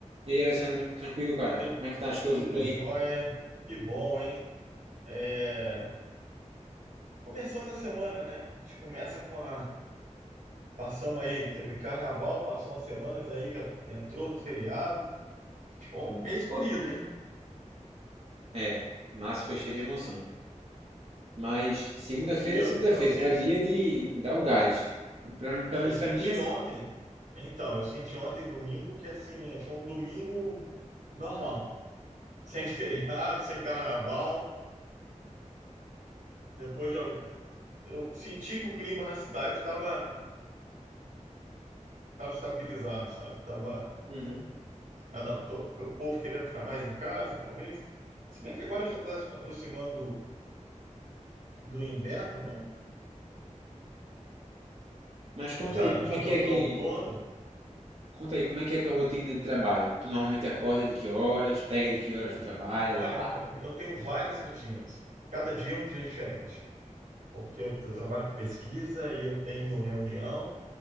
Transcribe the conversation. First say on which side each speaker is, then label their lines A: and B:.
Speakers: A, on the right (about 50°); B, on the right (about 85°).
A: E aí, Alessandro, tranquilo, cara?
B: Tu-
A: Como é que tá as coisas
B: Tudo
A: por aí?
B: jóia. Que bom, hein? É, Começando a semana, né? A gente começa com a. Passamos aí, teve carnaval, passou umas semanas aí, já entrou no feriado. Bom, um mês corrido, hein?
A: É, março foi cheio de emoção. Mas segunda-feira
B: E
A: é
B: eu,
A: segunda-feira,
B: eu senti,
A: né? É o dia de dar o gás. Pra, pelo
B: eu
A: menos
B: senti
A: pra mim é assim.
B: ontem, então, eu senti ontem, domingo, que assim, foi um domingo normal, sem feriado, <laughs> sem carnaval. Depois de, algum- eu senti que o clima na cidade estava estava estabilizado, sabe? Tava,
A: Uhum.
B: Cada um, to- o povo querendo ficar mais em casa, talvez. Se bem que agora já está aproximando do inverno, né?
A: Mas conta
B: Já
A: aí, como
B: já
A: é
B: estamos
A: que é que...
B: no outono.
A: Conta aí, como é que é a tua rotina de trabalho? Tu normalmente acorda de que horas? Pega de que horas no trabalho
B: Olha,
A: lá?
B: minha- eu tenho várias rotinas. Cada dia é um dia diferente, porque eu, eu trabalho com pesquisa e eu tenho reunião.